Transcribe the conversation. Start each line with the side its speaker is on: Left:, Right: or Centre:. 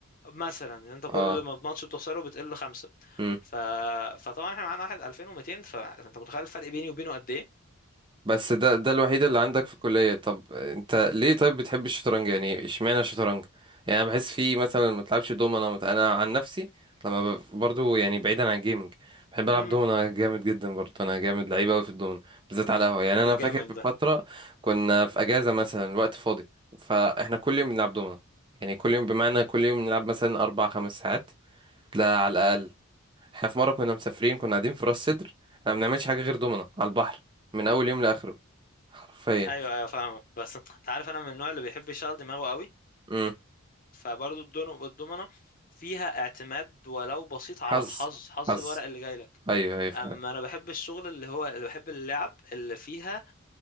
Left: مثلا ان انت كل
Right: اه
Left: ما الماتش بتخسره بتقل خمسه
Right: امم.
Left: ف... فطبعا احنا معانا واحد 2200 ف... فانت متخيل الفرق بيني وبينه قد ايه
Right: بس ده ده الوحيد اللي عندك في الكلية طب انت ليه طيب بتحب الشطرنج يعني اشمعنى الشطرنج يعني انا بحس فيه مثلا ما تلعبش دومنا مت... انا عن نفسي لما ب... برضو يعني بعيدا عن الجيمنج بحب العب
Left: امم
Right: دومنا جامد جدا برضو انا جامد لعيب قوي في الدومنا بالذات على القهوة يعني انا
Left: ده
Right: فاكر
Left: جامد
Right: في
Left: ده
Right: فترة كنا في اجازة مثلا وقت فاضي فاحنا كل يوم بنلعب دومنا يعني كل يوم بمعنى كل يوم نلعب مثلا اربع خمس ساعات لا على الاقل احنا في مرة كنا مسافرين كنا قاعدين في راس سدر احنا ما بنعملش حاجة غير دومنا على البحر من اول يوم لاخره حرفيا
Left: ايوه ايوه فاهمك بس انت عارف انا من النوع اللي بيحب يشغل دماغه قوي
Right: امم
Left: فبرضه الدون- الدومنه فيها اعتماد ولو بسيط
Right: حظ
Left: على الحظ حظ
Right: حظ
Left: الورق اللي جاي لك
Right: ايوه ايوه فعلا
Left: اما انا بحب الشغل اللي هو اللي بحب اللعب اللي فيها